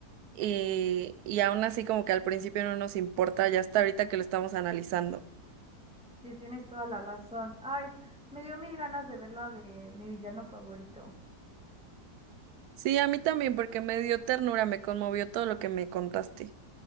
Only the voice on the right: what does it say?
y, y aún así como que al principio no nos importa, ya hasta ahorita que lo estamos analizando.
Sí, a mí también, porque me dio ternura, me conmovió todo lo que me contaste.